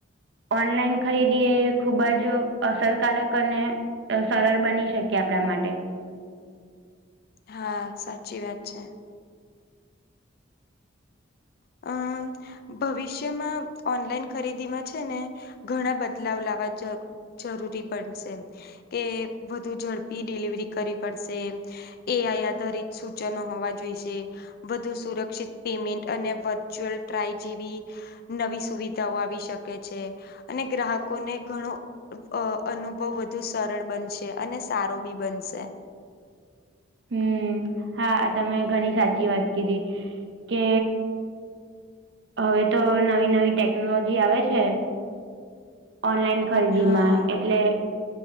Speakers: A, on the right; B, on the left.
A: ઓનલાઈન ખરીદી એ ખૂબ જ અસરકારક અને સરળ બની શકી આપણા માટે
B: હા સાચી વાત છે. હમ. ભવિષ્યમાં ઓનલાઈન ખરીદીમાં છે ને ઘણા બદલાવ લાવવા જ જરૂરી પડશે કે વધુ ઝડપી ડિલિવરી કરવી પડશે. એઆઈ આધારિત સૂચનો હોવા જોઈશે વધુ સુરક્ષિત પેમેન્ટ અને વર્ચ્યુઅલ ટ્રાય જેવી નવી સુવિધાઓ આવી શકે છે. અને ગ્રાહકોને ઘણો અ અનુભવ વધુ સરળ બનશે અને સારો બી બનશે.
A: હમ હા તમે ઘણી સાચી વાત કીધી કે હવે તો નવી નવી ટેકનોલોજી આવે છે ઓનલાઈન ખરીદી
B: હા
A: માં એટલે